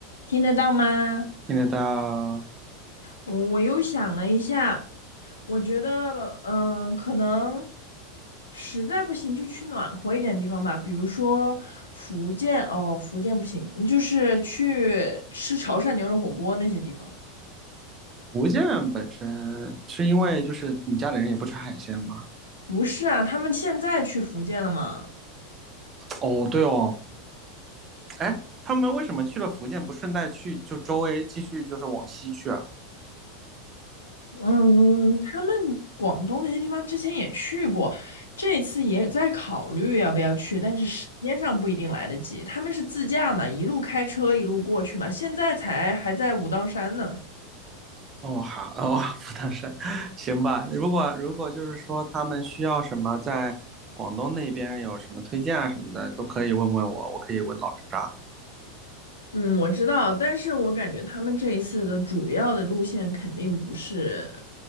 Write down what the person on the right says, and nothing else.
现在到
福建本身是因为就是你家里人也不吃海鲜吗？
哦，对哦，哎，他们为什么去了福建不顺带去就周围继续就是往西去啊？
哦，好，哦，福冈山，<laughs> 行吧。如果如果就是说他们需要什么在广东那边有什么推荐啊什么的，都可以问问我，我可以问老扎。